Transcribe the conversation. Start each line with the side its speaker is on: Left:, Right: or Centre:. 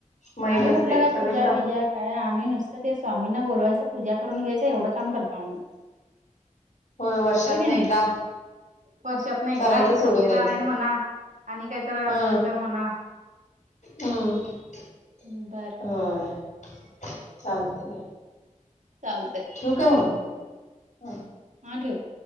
Left: माहित
Right: आम्ही
Left: असते
Right: कुठल काय,
Left: सगळंच
Right: पूजा-बिजा
Left: सा-
Right: काय आम्ही नुसतं, ते स्वामींना बोलवायचं, पूजा करून घ्यायचं, एवढं काम करतो, आम्ही.
Left: होय वर्षात
Right: हो की
Left: ना एकदा
Right: नाही? वर्षात न एकदा.
Left: करायचं सोडून
Right: सत्यनारायण
Left: द्यायचं
Right: म्हणा आणि काहीतर
Left: हा
Right: असलं, तर म्हणा
Left: हम्म,
Right: बर
Left: होय चालते क
Right: चाल
Left: ठेवू काय, मग?
Right: हां ठेव.